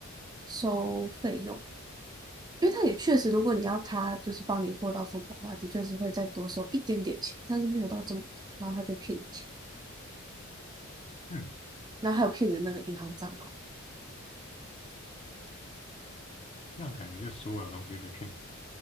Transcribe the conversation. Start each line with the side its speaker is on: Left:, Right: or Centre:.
Right: 收费用，因为他也确实，如果你要他就是帮你货到付款的话，的确是会再多收一点点钱，但是没有到这么多，然后他就骗你钱，
Left: 嗯，
Right: 然后还有骗你的那个银行账号，
Left: 这样感觉就所有东西都被骗走，